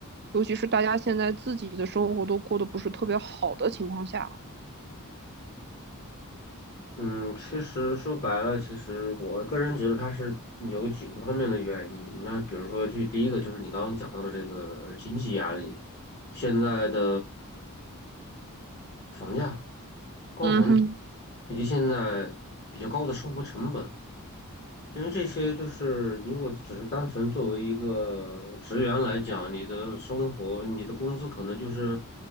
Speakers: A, on the right; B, on the left.
A: 尤其是大家现在自己的生活都过得不是特别好的情况下。
B: 嗯，嗯其实说白了，其实我个人觉得它是有几个方面的原因。那比如说，这第一个就是你刚刚讲到的这个经济压力，现在的房价、高房价
A: 嗯哼，
B: 以及现在比较高的生活成本。因为这些就是你如果只是单纯作为一个职员来讲，你的生活、你的工资可能就是